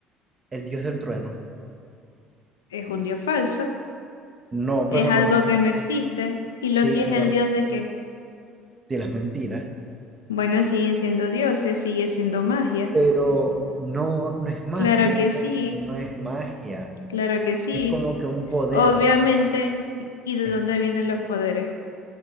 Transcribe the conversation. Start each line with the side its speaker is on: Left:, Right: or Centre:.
Right: el dios del trueno.
Left: Es un dios falso.
Right: No,
Left: es
Right: pero
Left: algo
Right: no,
Left: que no existe. ¿Y Loki
Right: sí,
Left: es
Right: pero
Left: el dios de qué?
Right: de las mentiras.
Left: Bueno, siguen siendo dioses, sigue siendo magia.
Right: Pero no, no es magia,
Left: Claro que sí,
Right: no es magia.
Left: claro que sí.
Right: Es como que un poder,
Left: Obviamente, ¿y de
Right: es
Left: dónde vienen los poderes?